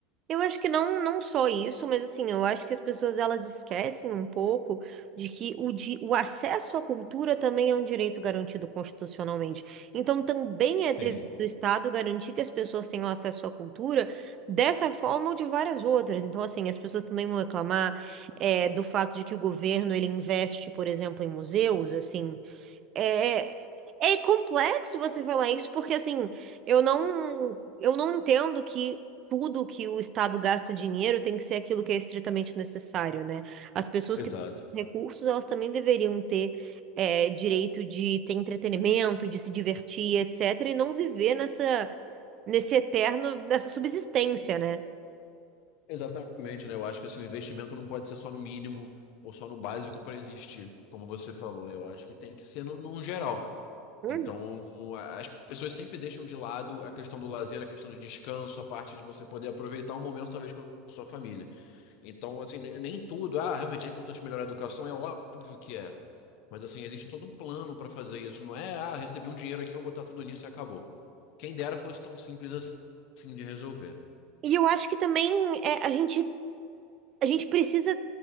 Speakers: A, on the right; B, on the left.
A: Eu acho que não, não só isso, mas assim, eu acho que as pessoas elas esquecem um pouco de que o, di o acesso à cultura também é um direito garantido constitucionalmente. Então, também
B: Sim,
A: é dever do Estado garantir que as pessoas tenham acesso à cultura dessa forma ou de várias outras. Então, assim, as pessoas também vão reclamar eh, do fato de que o governo ele investe, por exemplo, em museus, assim. É, é complexo você falar isso, porque assim, eu não, eu não entendo que tudo que o Estado gasta dinheiro tem que ser aquilo que é estritamente necessário, né? As pessoas
B: exato.
A: que têm recursos, elas também deveriam ter é, direito de ter entretenimento, de se divertir, etc., e não viver nessa, nesse eterno, nessa subsistência, né?
B: Exatamente, né? Eu acho que assim, o investimento não pode ser só no mínimo ou só no básico para existir, como você falou. Eu acho que tem que ser no, num geral.
A: Hum.
B: Então, a- as pessoas sempre deixam de lado a questão do lazer, a questão do descanso, a parte de você poder aproveitar um momento, talvez, com a sua família. Então, assim, ne- nem tudo. Ah, realmente é importante melhorar a educação, é óbvio que é. Mas, assim, existe todo um plano para fazer isso. Não é, ah, recebi um dinheiro aqui, vou botar tudo nisso e acabou. Quem dera fosse tão simples assim de resolver.
A: E eu acho que também é, a gente a gente precisa